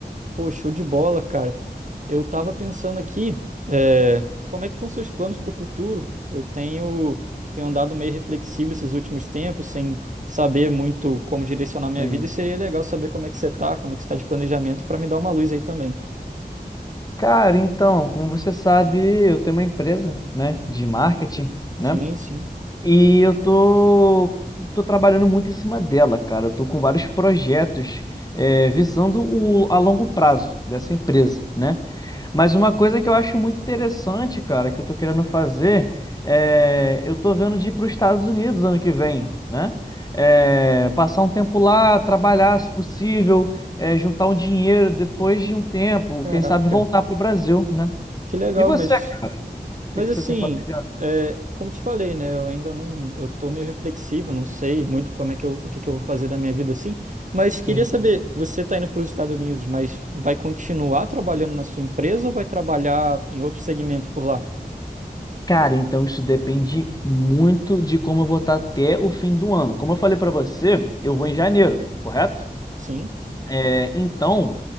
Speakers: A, on the right (about 50°); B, on the left (about 25°).
A: Pô, show de bola, cara. Eu tava pensando aqui, é, como é que estão seus planos pro futuro? Eu tenho, tenho andado meio reflexivo esses últimos tempos, sem saber muito como direcionar minha
B: Sim.
A: vida, e seria legal saber como é que você tá, como é que você tá de planejamento, pra me dar uma luz aí também.
B: Cara, então, como você sabe, eu tenho uma empresa, né, de marketing, né?
A: Sim, sim.
B: E eu tô, tô trabalhando muito em cima dela, cara. Eu tô com vários projetos, é, visando o, a longo prazo dessa empresa, né? Mas uma coisa que eu acho muito interessante, cara, que eu tô querendo fazer, é... eu tô vendo de ir para os Estados Unidos ano que vem, né? É, Passar um tempo lá, trabalhar, se possível, é, juntar um dinheiro depois de um tempo,
A: Caraca,
B: quem sabe voltar para o Brasil, né?
A: que legal,
B: E você,
A: mas
B: cara? O
A: Mas
B: que que
A: assim,
B: você tem planejado?
A: é, como te falei, né? Eu ainda não, eu tô meio reflexivo, não sei muito como é que eu, o que que eu vou fazer da minha vida assim. Mas
B: Sim.
A: queria saber,
B: sim.
A: você tá indo para os Estados Unidos, mas vai continuar trabalhando na sua empresa ou vai trabalhar em outro segmento por lá?
B: Cara, então isso depende muito de como eu vou estar até o fim do ano. Como eu falei para você, eu vou em janeiro, correto?
A: Sim.
B: É, então,